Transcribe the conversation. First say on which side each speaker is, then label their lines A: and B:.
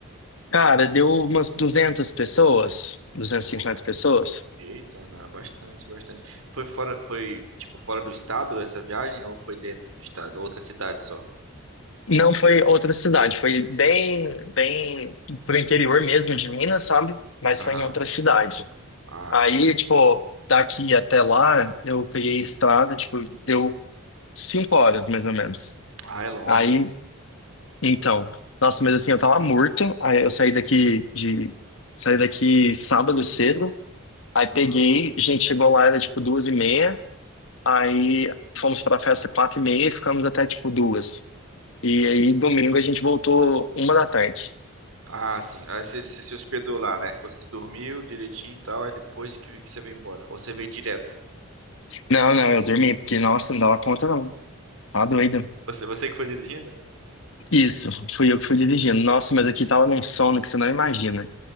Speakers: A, on the left (about 60°); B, on the right (about 70°).
A: Cara, deu umas 200 pessoas, duzentas e cinquenta
B: Oi.
A: pessoas.
B: Eita, não, bastante, bastante. Foi fora, foi tipo fora do estado essa viagem ou foi dentro do estado? Outra cidade só?
A: Não foi outra cidade, foi bem, bem pro interior mesmo de Minas, sabe? Mas
B: Aham.
A: foi em outra cidade.
B: Ah,
A: Aí,
B: entendi.
A: tipo, daqui até lá, eu peguei estrada, tipo, deu cinco horas mais ou menos.
B: Ah, é longe
A: Aí
B: então.
A: Então, nossa, mas assim, eu tava morto. Aí eu saí daqui de. Saí daqui sábado cedo. Aí peguei,
B: Aham.
A: a gente chegou lá, era tipo duas e meia. Aí fomos pra festa quatro e meia e ficamos até tipo duas. E aí domingo a gente voltou uma da tarde.
B: Ah, sim. Aí você, você se hospedou lá, né? Você Dormiu direitinho e tal, aí depois que, que você veio embora. Ou você veio direto?
A: Não, não, eu dormi, porque, nossa, não dava conta não. Tá doido.
B: Você, você que foi dirigindo?
A: Isso, fui eu que fui dirigindo. Nossa, mas aqui tava num sono que você não imagina.